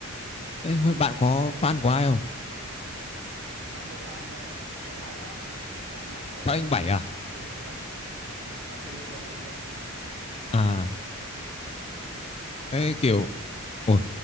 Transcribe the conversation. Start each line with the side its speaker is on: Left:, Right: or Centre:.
Left: Thế hôm bạn
Right: à,
Left: có fan của ai không?
Right: đó tôi phán ờ, anh bảy đó phán anh bảy lâu
Left: Fan
Right: lắm
Left: anh
Right: rồi
Left: Bảy à?
Right: phán từ lúc ờ, ừ, phán từ lúc mà uống à
Left: À, thế kiểu ui,